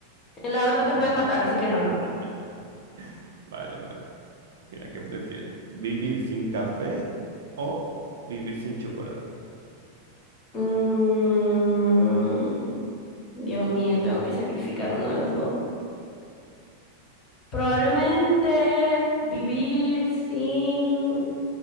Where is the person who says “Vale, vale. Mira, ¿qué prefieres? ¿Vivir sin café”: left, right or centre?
Right